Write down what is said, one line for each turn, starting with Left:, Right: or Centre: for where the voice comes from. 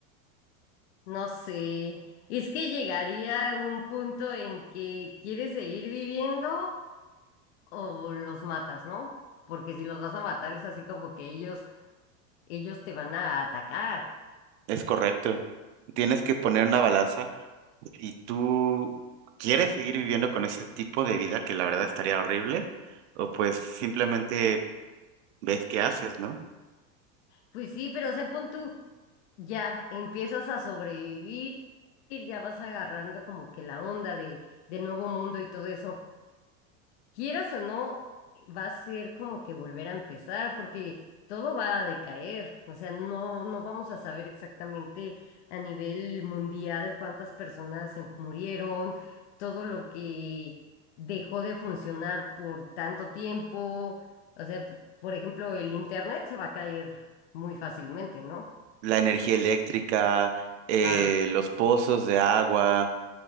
Left: No sé, es que llegaría un punto en que quieres seguir viviendo o los matas, ¿no? Porque si los vas a matar es así como que ellos, ellos te van a atacar.
Right: Es correcto. Tienes que poner una balanza y tú quieres seguir viviendo con ese tipo de vida que la verdad estaría horrible o pues simplemente ves qué haces, ¿no?
Left: Pues sí, pero o sea, pon tú, ya empiezas a sobrevivir, ya vas agarrando como que la onda de, del nuevo mundo y todo eso. quieras o no, va a ser como que volver a empezar, porque todo va a decaer. O sea, no, no vamos a saber exactamente a nivel mundial cuántas personas se murieron, todo lo que dejó de funcionar por tanto tiempo. O sea, p- por ejemplo, el internet se va a caer muy fácilmente, ¿no?
Right: La energía eléctrica, eh,
Left: Ah,
Right: los pozos de agua.